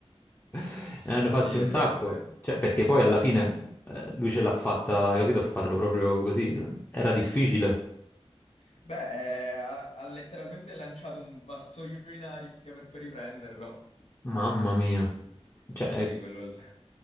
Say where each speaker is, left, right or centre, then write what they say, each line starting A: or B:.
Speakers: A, on the left; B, on the left.
A: Ne
B: <laughs>
A: hanno
B: Sì,
A: fatto un
B: è
A: sacco.
B: vero, è vero.
A: Cioè, perché poi alla fine eh, lui ce l'ha fatta, hai capito, a farlo proprio così. Era difficile.
B: Beh, eh, ha, ha letteralmente lanciato un vassoio in aria per poi riprenderlo.
A: Mamma mia. Cioè,
B: Sì, sì,
A: eh,
B: quello... l-